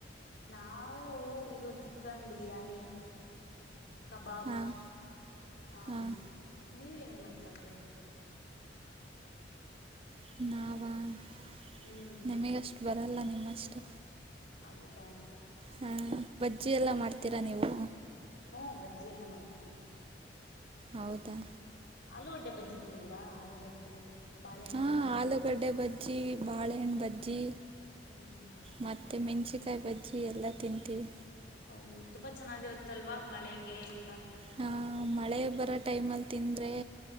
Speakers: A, on the left; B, on the right.
A: ನಾವು ಇದು ಚಿಕನ್ ಬಿರಿಯಾನಿ ಕಬಾಬ್
B: ಹಾಂ
A: ಹಾ
B: ಹಾಂ
A: ನೀವ ಏನೇನ್ ಮಾಡ್ತರ ಅದಗೆ
B: <inaudible>
A: ಹ್ಮ
B: ನಮಗಷ್ಟು ಬರಲ್ಲ ನಿಮ್ಮಷ್ಟು
A: ಹೌದಾ
B: ಹಾ ಬಜ್ಜಿ ಎಲ್ಲಾ ಮಾಡ್ತೀರಾ ನೀವು
A: ಹ್ಮ ಬಜ್ಜಿ ಎಲ್ಲ ಮಾಡ್ತವಿ
B: ಹೌದಾ
A: ಹ್ಮ ಆಲೂಗಡ್ಡೆ ಬಜ್ಜು ತಿಂದಿದಿರಾ ಆಲೂಗಡ್ಡೆ ಬಾಳೆಹಣ್ಣದು
B: ಹಾ ಆಲೂಗಡ್ಡೆ ಬಜ್ಜಿ ಬಾಳೆಹಣ್ಣು ಬಜ್ಜಿ
A: ಹ್ಮ್
B: ಮತ್ತು ಮೆಣಸಿಕಾಯಿ ಬಜ್ಜಿ ಎಲ್ಲ ತಿಂತೀವಿ
A: ಹೌದು ತುಂಬಾ ಚೆನ್ನಾಗಿರುತ್ತಲ್ವಾ ಮಳೆಗೆ ಎಲ್ಲ
B: ಹಾಂ ಮಳೆ ಬರೋ ಟೈಮಲ್ಲಿ ತಿಂದರೆ